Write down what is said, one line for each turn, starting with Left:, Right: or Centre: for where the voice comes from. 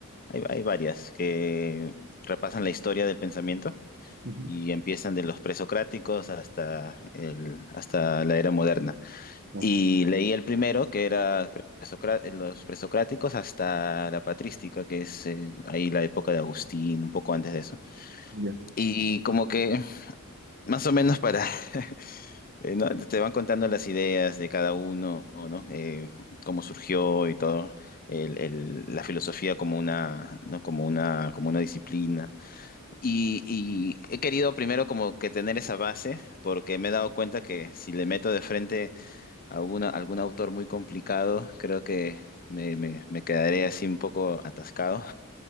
Left: hay, hay varias que repasan la historia del pensamiento.
Right: ujú,
Left: y empiezan de los presocráticos hasta, el, hasta la era moderna.
Right: ah,
Left: Y leí el primero, que era presocra- los presocráticos hasta la patrística, que es eh, ahí la época de Agustín, un poco antes de eso.
Right: ya,
Left: Y como que más o menos para, <laughs> eh, ¿no? te van contando las ideas de cada uno, ¿no? Eh, cómo surgió y todo. El- el- la filosofía como una, ¿no? como una, como una disciplina y, y he querido primero como que tener esa base, porque me he dado cuenta que si le meto de frente a alguna- algún autor muy complicado, creo que me, me- me quedaré así un poco atascado.